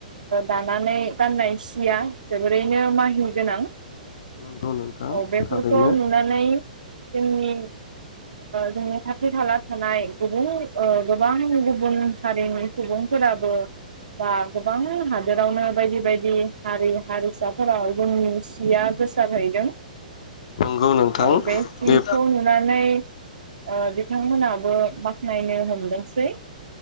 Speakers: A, on the right (about 65°); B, on the left (about 50°).
A: दानानै गाननाय सिया जोबोरैनो माहि गोनां
B: नंगौ नोंथां
A: औ बेफोरखौ
B: थारैनो
A: नुनानै जोंनि जोंनि खाथि खाला थानाय गुबुन गोबां गुबुन हारिनि सुबुंफोराबो बा गोबां हादोरावनो बायदि बायदि हारि हारिसाफोराव जोंनि सिया गोसारहैदों <unintelligible>
B: नंगौ नोंथां बे
A: बिथांमोनाबो बाखनायनो हमदोंसै